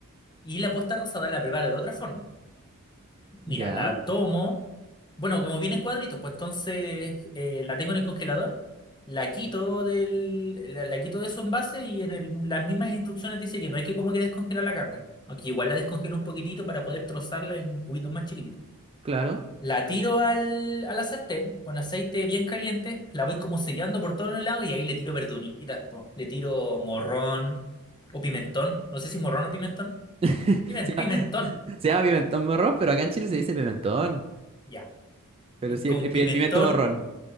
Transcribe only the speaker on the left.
Y la posta rosada la preparo de otra forma. Mira,
la tomo, bueno, como viene en cuadritos, pues entonces eh, la tengo en el congelador, la quito del, la, la quito de su envase y en el- las mismas instrucciones dice que no hay que como que descongelar la carne. Aunque igual la descongelo un poquitito para poder trozarla en cubitos más chiquititos.
La tiro al, a la sartén con aceite bien caliente, la voy como sellando por todos los lados y ahí le tiro verduritas, po. Le tiro morrón o pimentón, no sé si morrón o pimentón.
Pimen-
Pimentón,
ya.
Y
con
pimentón,